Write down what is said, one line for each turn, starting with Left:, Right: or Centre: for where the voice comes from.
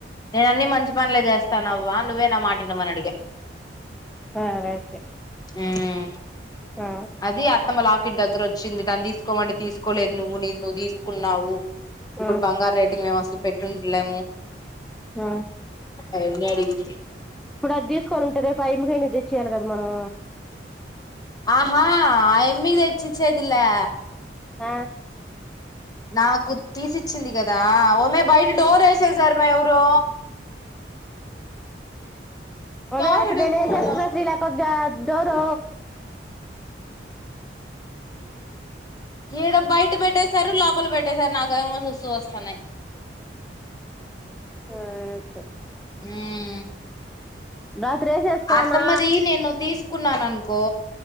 Left: నేన అన్ని మంచి పనులే చేస్తానవ్వా నువ్వే నా మాట మనడిగా
Centre: సరే అయితే
Left: మ్
Centre: ఆ
Left: అది అత్తమ్మ లాకిట్ దగ్గర వచ్చింది దాన్ని తీసుకోమండి తీసుకోలేదు నువ్వు నీది నువ్వు తీసుకున్నావు ఇప్పుడు
Centre: ఆ
Left: బంగారు రేటింగ్ మేము అసలు పెట్టిండలేము
Centre: ఆ
Left: ఆయన్ని అడిగింది
Centre: ఈ దీసుకొని ఉంటే రేపు ఆ యమ్మ కైనా తెచ్చియాలి కదా మనము
Left: ఆహా ఆ యమ్మికి తెచ్చిచ్చేది లే
Centre: అ
Left: నాకు తీసిచ్చింది కదా ఓమె బయట డోర్ ఏసే సార్ మె ఎవరో
Centre: ఓమే
Left: తోలుడు
Centre: రాత్రి నేనేసేస్తి
Left: పోవాల
Centre: మే శ్రీలకోగ డోరు
Left: ఈడ బయట పెట్టసారు లోపల పెట్టసారు నాకేమో సుసూ వస్తున్నాయ్
Centre: సరే అయితే
Left: హ్మ్
Centre: రాత్రి వేసేసుకున్నా
Left: అత్తమ్మది నేను తీసుకున్నాను అనుకో